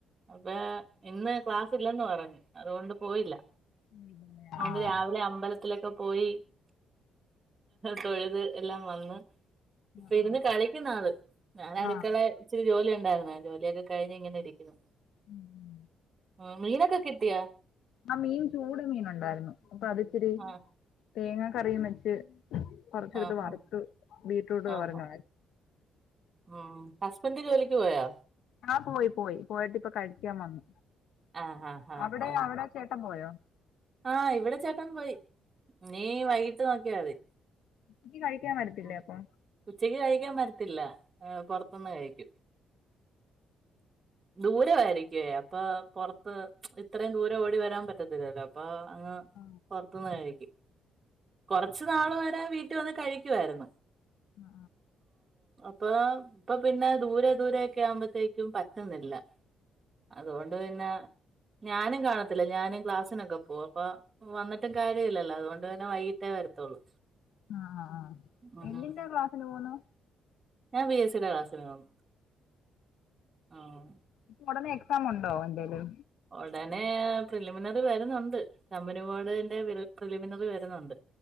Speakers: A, on the right; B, on the left.
A: അതെ ഇന്ന് ക്ലാസ്സ് ഇല്ലന്ന് പറഞ്ഞ് അതുകൊണ്ട് പോയില്ല
B: പോയില്ലേ.
A: ണ്ട്
B: ആഹ്
A: രാവിലെ അമ്പലത്തിലൊക്കെ പോയി തൊഴുത് എല്ലാം വന്ന്
B: ആഹ്
A: ഇരുന്ന് കളിക്കുന്നാള് ഞാൻ അടുക്കള
B: ആഹ് ആഹ്
A: ഇച്ചരി ജോലി ഉണ്ടായിരുന്ന ജോലിയൊക്കെ കഴിഞ് ഇങ്ങനെ ഇരിക്കുന്നു
B: ഉം
A: ആഹ് മീനോക്കെ കിട്ടിയാ
B: ആഗ് മീൻ ചൂട് മീന് ണ്ടായിരുന്നു അപ്പൊ അത്ച്ചിരി
A: ആഹ്
B: തേങ്ങാ കറിയും വെച്ച് കൊറച്ചെടുത്ത്
A: ആഹ്
B: വർത്
A: ആഹ്
B: ബീറ്റ്രൂട്ട് തോരന
A: ആഹ് ആഹ് ഹസ്ബൻഡ് ജോലിക്ക് പോയാ
B: ആ പോയി പോയി പോയിട്ട് ഇപ്പൊ കഴിക്കാൻ വന്നു
A: ആഹ് ആഹ് ആഹ്
B: അവിടെ
A: ആഹ്
B: അവിടെ ചേട്ടൻ പോയോ
A: ആഹ് ഇവിടെ ചേട്ടൻ പോയി ഇനി വൈകീട്ട് നോക്കിയ മതി
B: ചയ്ക്കു കഴിക്കാൻ വരത്തില്ലേ
A: ഉം
B: അപ്പൊ
A: ഉച്ചക്ക് കഴിക്കാൻ വരത്തില്ല പൊറത്തുന്ന് കഴിക്കും. ദൂരയിരിക്കുവേ അപ്പൊ പുറത്ത് ഇത്രയും ദൂരം ഓടി വരാൻ പറ്റത്തില്ലല്ലോ പ്പൊ അങ്ങ്
B: ആ
A: പുറത്തുന്ന് കഴിക്കും കൊറച് നാള് വരെ വീട്ട വന്ന് കഴി ക്കായിരുന്നു
B: ആ
A: പ്പൊ ഇപ്പൊ പിന്നെ ദൂരെ ദൂരെ ഒക്കെ ആവുമ്പോത്തേക്കും പറ്റുന്നില്ല അതുകൊണ്ട് പിന്നെ ഞാനും കാണത്തില്ല ഞാനും ക്ലാസ്സിനൊക്കെ പോവും അപ്പൊ വന്നിട്ടും കാര്യ ല്ലല്ലോ അതുകൊണ്ട്ന്നെ വൈകിട്ടേ വരത്തുള്ളൂ
B: ആഹ് ആഹ് ആ
A: ഉം
B: യെന്റിന്താ ക്ലാസ്സിന് പോകുന്നു
A: ഞാൻ പി എസ് സി യുടെ ക്ലാസ്സിന് പോകും. ആഹ്
B: പ്പ ഉടനെ എക്സാം ഉണ്ടോ എന്തേലും
A: ഉടനെ പ്രിലിമിനറി വരുന്നുണ്ട് കബനി വാടാ യിന്റെ പ്രി പ്രിലിമിനറി വരുന്നുണ്ട്.